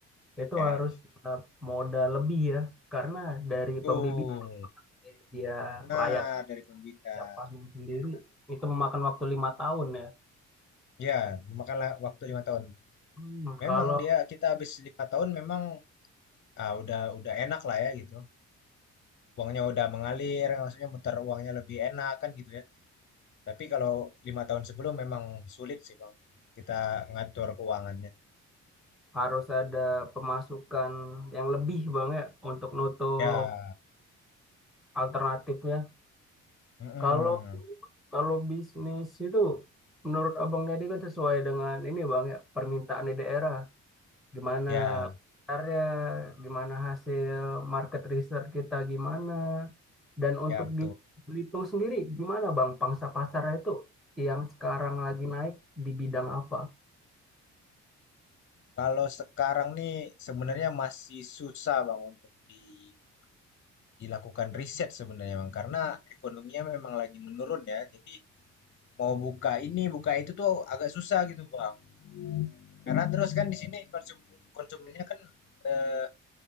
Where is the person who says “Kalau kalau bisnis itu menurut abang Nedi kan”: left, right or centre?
Centre